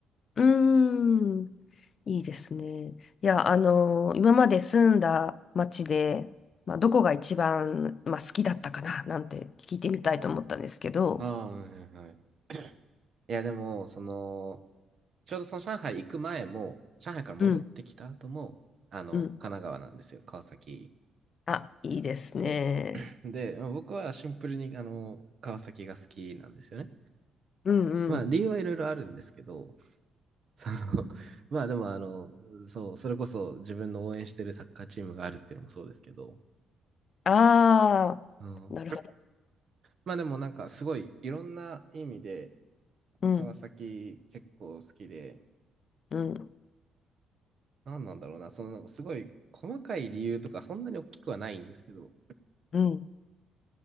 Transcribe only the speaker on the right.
ああ、はいはいはい。いや、でも、その、ちょうどその上海行く前も、上海から戻ってきた後も、
あの、
神奈川なんですよ、川崎。
そう。<clears throat> <laughs> で、まあ僕はシンプルに、あの、川崎が好きなんですよね。
まあ、理由はいろいろあるんですけど、<laughs> その、<laughs> まあでも、あの、そう、それこそ自分の応援してるサッカーチームがあるっていうのもそうですけど、
うん。
まあでもなんかすごいいろんな意味で
川崎結構好きで、
なんなんだろうな、そのなんかすごい細かい理由とかそんなに大きくはないんですけど、